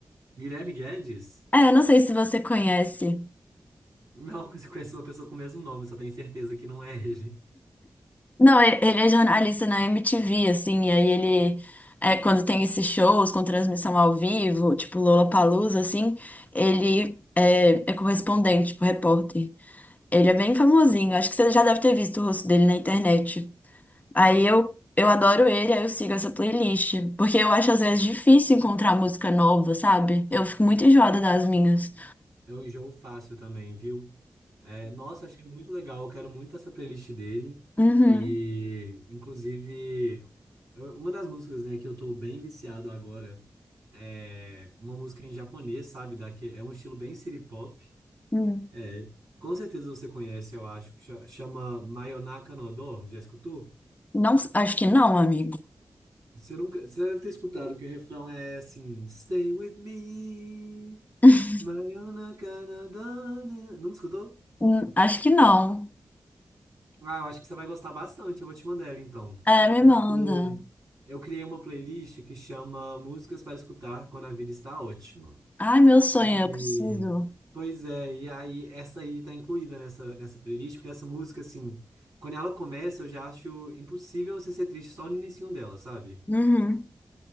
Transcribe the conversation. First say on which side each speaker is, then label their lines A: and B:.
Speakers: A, on the right; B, on the left.
A: Guilherme Guedes?
B: É, não sei se você conhece.
A: Não, mas eu conheço uma pessoa com o mesmo nome, só tenho certeza que não é ele.
B: Não, e- ele é jornalista na MTV, assim, e aí ele, é, quando tem esses shows com transmissão ao vivo, tipo Lollapalooza, assim, ele é, é correspondente, tipo repórter. Ele é bem famosinho, acho que você já deve ter visto o rosto dele na internet. Aí eu, eu adoro ele, aí eu sigo essa playlist, porque eu acho às vezes difícil encontrar música nova, sabe? Eu fico muito enjoada das minhas.
A: É um enjoo fácil também, viu? É, nossa, achei muito legal. Eu quero muito essa playlist dele.
B: Uhum.
A: E, inclusive, eu- uma das músicas, né, que eu tô bem viciado agora é uma música em japonês, sabe? Daqui, é um estilo bem city pop.
B: Hum.
A: É, com certeza você conhece, eu acho, que cha- chama Mayonaka no Do. Já escutou?
B: Não, acho que não, amigo.
A: Você nunca, você deve ter escutado que o refrão é assim: Stay with me,
B: <laughs>
A: Mayonaka no Do. né, né? Nunca escutou?
B: Hum, Acho que não.
A: Ah, eu acho que você vai gostar bastante. Eu vou te mandar ela então.
B: É, me
A: Porque
B: manda.
A: eu criei uma playlist que chama Músicas para Escutar Quando a Vida Está Ótima.
B: Ai, meu sonho,
A: E.
B: eu preciso.
A: Pois é, e aí essa aí tá incluída nessa, nessa playlist, porque essa música, assim, quando ela começa, eu já acho impossível você ser triste só no inicinho dela, sabe?
B: Uhum.